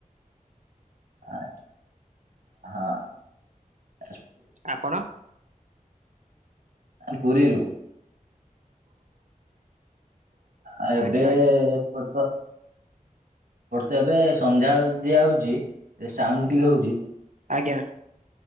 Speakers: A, on the right (about 75°); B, on the right (about 60°).
A: ଆଁ ହା ଆ
B: ଆପଣ
A: ଆରେ ପୁରୀରୁ। ଆ ଏବେ
B: ଆଜ୍ଞା ଆଜ୍ଞା।
A: ଏପଟ ତ ଏବେ ସନ୍ଧ୍ୟା ଦିଆ ହଉଛି। ଚି ସାଉଣ୍ଡ ଟିକେ ହଉଛି।
B: ଆଜ୍ଞା